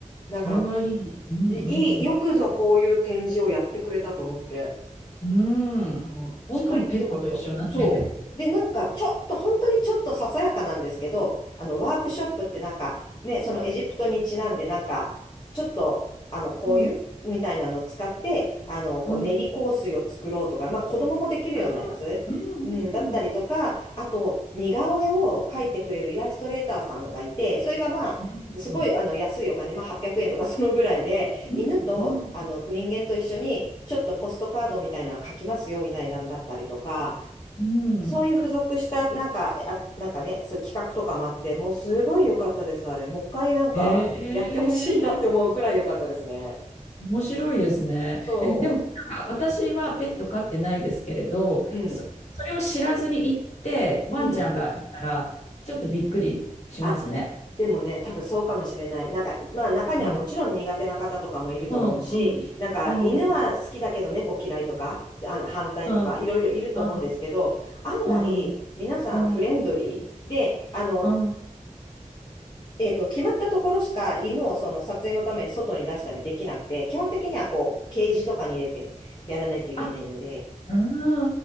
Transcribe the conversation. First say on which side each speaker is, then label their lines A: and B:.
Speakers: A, on the left (about 30°); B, on the left (about 55°).
A: なんか、
B: それはいい。うんうん。
A: いいい、よくぞこういう展示をやってくれたと思って。
B: うん。
A: うん、本当言ってよかった。
B: しかもペットと一緒になって。
A: そう。で、なんか、ちょっと、本当にちょっとささやかなんですけど、あの、ワークショップってなんか、ね、そのエジプトにちなんで、なんか、ちょっと、あの、こういうみたいなのを使って、
B: うん。
A: あの、こう、
B: うん。
A: 練り香水を作ろうとか、まあ、子供もできるようなやつ、
B: ああ、うんうん。
A: うん、だったりとか、あと、似顔絵を描いてくれるイラストレーターさんがいて、それがまあ、
B: うん
A: すごい、あの、安いお金、まあ、800円とかそのぐらいで、
B: うんうん。
A: 犬とあの人間と一緒にちょっとポストカードみたいなの書きますよみたいなんだったりとか、
B: うん
A: そういう付属したなんか、あ、なんかね、そう企画とかもあって、もうすごい良かったです、あれ。もう一回なんかやってほしいなって思うくらい良かったですね。
B: ええ面白いですね。
A: そ
B: え、でも、なんか私はペット飼ってないですけれど、
A: う。うん。
B: そ、それを知らずに行って、ワンちゃんがいたら、
A: うん。
B: ちょっとびっくりしますね。
A: あ、でもね、多分そうかもしれない。なんか、まあ中にはもちろん苦手な方とかもいると思うし、
B: うん。うん、うん、
A: なんか犬は好きだけど猫嫌いとか、
B: うん。
A: あの反対とか、
B: うん
A: いろいろいると思うんですけど、
B: うん、
A: 案外、
B: うん、
A: 皆さんフレンドリーで、
B: うん、
A: あの、
B: うん。
A: えっと、決まったところしか犬をその撮影のために外に出したりできなくて、基本的にはこう、ケージとかに入れてやらないといけないので、
B: あ、うん、う